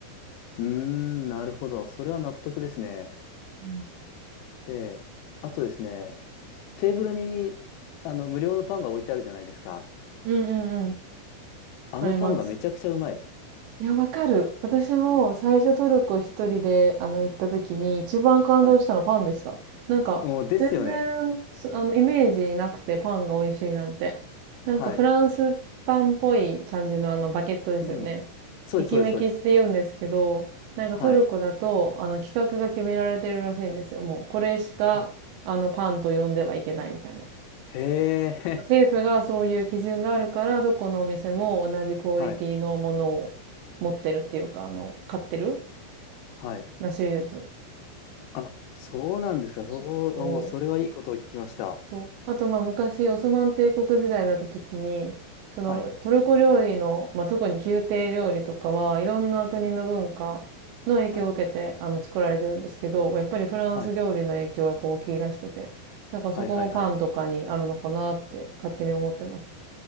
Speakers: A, on the left; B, on the right.
A: うーん、なるほど。それは納得ですね。
B: うん
A: で、あとですね、テーブルにあの無料のパンが置いてあるじゃないですか。
B: うんうんうん。
A: あのパンがめちゃくちゃうまい。
B: あります。いや、わかる。私も最初トルコ一人で、あの、行った時に一番感動したのパンでした。
A: はい。
B: なんか、
A: うん、ですよね。
B: 全然、すあの、イメージなくてパンが美味しいなんて。
A: はい。
B: なんかフランスパンっぽい感じのあの、バケットですよね。
A: うん。そうです、
B: エキメキって言うんですけど、
A: そうです、そうです。
B: なんかトルコだと、
A: はい。
B: あの、規格が決められてるらしいんですよ。もう、これしか、
A: あ、
B: あの、パンと呼んではいけないみたいな。
A: へえ、
B: 政府がそういう基準があるから、どこのお店も同じクオリティのものを持ってるっていうか、
A: <laughs> はい、
B: あの、買ってる
A: はい。
B: らしいです。
A: あ、そうなんですか。そう、
B: そうそう。
A: おー、それはいいことを聞きました。
B: そう。あと、まあ、昔、オスマン帝国時代だった時に、その、
A: はい、
B: トルコ料理の、まあ、特に宮廷料理とかは、いろんな国の文化の影響を受けて、
A: はい、
B: あの、作られてるんですけど、やっぱりフランス料理の影響はやっぱ大きいらしくて、
A: はい、
B: だからそこもパンとかにあるのかなって勝手に思ってます。
A: はい、はい、はい。